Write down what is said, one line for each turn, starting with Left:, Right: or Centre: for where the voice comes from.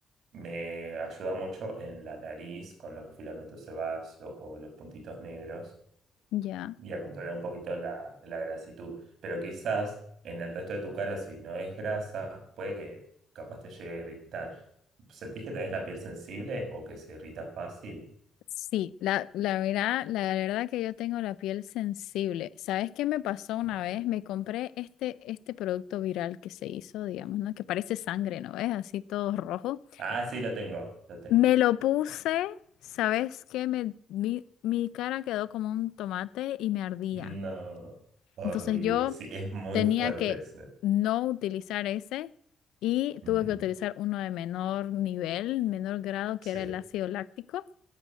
Right: me ayuda mucho en la nariz con los filamentos sebáceos o los puntitos negros
Left: ya.
Right: y a controlar un poquito la, la grasitud. Pero quizás en el resto de tu cara, si no es grasa, puede que capaz te llegue a irritar. ¿Sentís que tenés la piel sensible o que se irrita fácil?
Left: Sí, la, la verdad, la verdad que yo tengo la piel sensible. ¿Sabes qué me pasó una
Right: No
Left: vez?
Right: sé.
Left: Me compré este, este producto viral que se hizo, digamos, ¿no? Que parece sangre, ¿no ves? Así todo rojo.
Right: Ah, sí, lo tengo, lo tengo.
Left: Me lo puse, ¿sabes qué? Me, mi, mi cara quedó como un tomate y me ardía.
Right: No, horrible,
Left: Entonces yo
Right: sí, es muy
Left: tenía
Right: fuerte
Left: que
Right: ese.
Left: no utilizar ese y tuve
Right: Ujú,
Left: que utilizar uno de menor nivel, menor grado, que
Right: Sí.
Left: era el ácido láctico.